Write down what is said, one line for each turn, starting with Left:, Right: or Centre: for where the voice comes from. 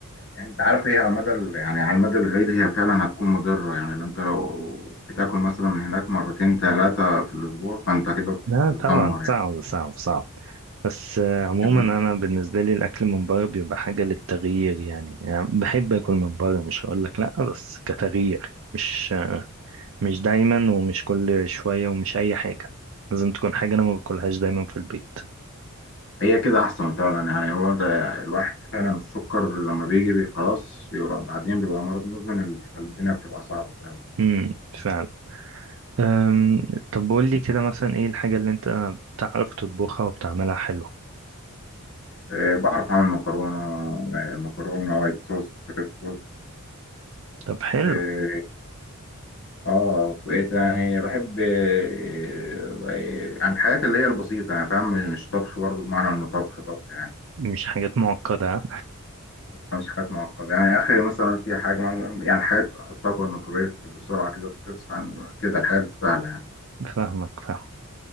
Left: يعني انت عارف هي على المدى ال- يعني على المدى البعيد هي فعلا هتكون مضرة يعني لو انت لو بتاكل مثلا من هناك مرتين ثلاثة في الأسبوع فانت كده
Right: لا
Left: هتتدمر
Right: طبعا صعب
Left: يعني
Right: صعب صعب بس آه، عموما
Left: كان-
Right: انا بالنسبه لي الاكل من بره بيبقى حاجه للتغيير يعني, يعني بحب اكل من بره مش هقول لك لا بس كتغيير مش آه، مش دايما ومش كل شويه ومش اي حاجه لازم تكون حاجه انا ما باكلهاش دايما في البيت
Left: هي كده أحسن فعلا يعني هو ده الواحد فعلا السكر لما بيجي بي خلاص بيبقى بعدين بيبقى مرض مزمن الدنيا بتبقى صعبة فعلا
Right: امم فعلا أم، طب قول لي كده مثلا ايه الحاجه اللي انت بتعرف تطبخها وبتعملها حلو
Left: آه، بعرف أعمل مكرونة آه، مكرونة وايت صوص ريد صوص
Right: طب حلو
Left: آه، اه بقيت يعني بحب آه، عن الحاجات اللي هي البسيطة يعني فاهم مش طبخ برضه بمعنى انه طبخ طبخ يعني
Right: مش حاجات معقده آه.
Left: مش حاجات معقدة يعني اخري مثلا في حاجة مع- يعني حاجات احطها جوه الميكرويف بسرعة كده تسخن كده الحاجات السهلة يعني
Right: فاهمك فاهمك